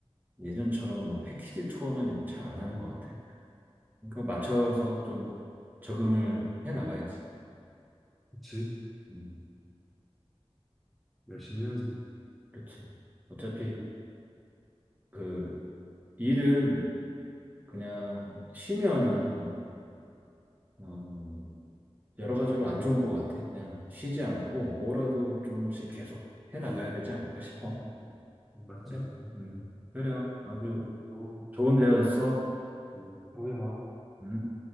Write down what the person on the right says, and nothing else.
예전처럼
뭐 패키지 투어는 잘 안 하는 것 같아. 그 맞춰서 좀 적응을 해 나가야지.
음,
그렇지. 어차피
그 일은 그냥 쉬면은 어, 여러 가지로 안 좋은 것 같아. 그냥 쉬지 않고 뭐라도 좀씩 계속 해 나가야 되지 않을까 싶어.
그래.
음, 그래요. 아주
좋은 대화였어.
음.